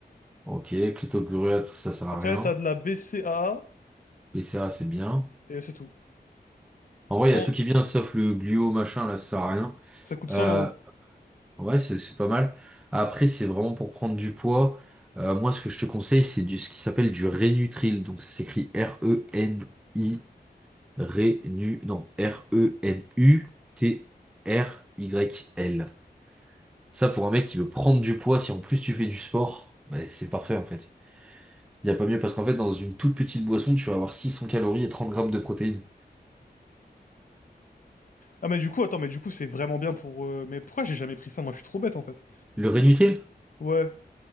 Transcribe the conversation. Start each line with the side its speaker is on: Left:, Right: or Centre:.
Centre: Ok, Cléto Gruet, ça sert à
Left: après,
Centre: rien.
Left: t'as de la BCAA,
Centre: BCA, c'est bien.
Left: et c'est tout.
Centre: En vrai,
Left: 100...
Centre: il y a tout qui est bien, sauf le gluo, machin, là, ça sert à rien.
Left: Ça coûte
Centre: Euh,
Left: 100 euros.
Centre: ouais, c'est c'est pas mal. Après, c'est vraiment pour prendre du poids. Euh, moi, ce que je te conseille, c'est du, ce qui s'appelle du Rénutril. Donc, ça s'écrit R-E-N-I, Rénu, non, R-E-N-U-T-R-Y-L. Ça, pour un mec qui veut prendre du poids, si en plus tu fais du sport, bah, c'est parfait, en fait. Il n'y a pas mieux, parce qu'en fait, dans une toute petite boisson, tu vas avoir 600 calories et 30 grammes de protéines.
Left: Ah mais du coup, attends, mais du coup, c'est vraiment bien pour... euh, Mais pourquoi j'ai jamais pris ça? Moi, je suis trop bête, en fait.
Centre: Le Rénutril,
Left: Ouais.